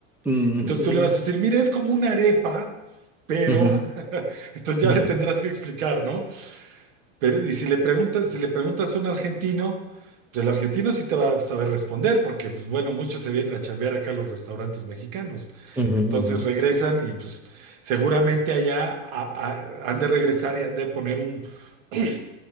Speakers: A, in the centre; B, on the right (about 85°).
A: Mm,
B: Entonces tú le vas a decir, mira, es como una arepa, pero
A: ujú, <laughs>
B: <laughs> entonces ya
A: Mm.
B: le tendrás que explicar, ¿no? Pero, y si le preguntas, si le preguntas a un argentino, pues el argentino sí te va a saber responder, porque, pues bueno, muchos se vienen a chambear acá a los restaurantes mexicanos.
A: ujú,
B: Entonces
A: ujú.
B: regresan y, pues, seguramente allá a- a- han de regresar y han de poner un, <clears throat>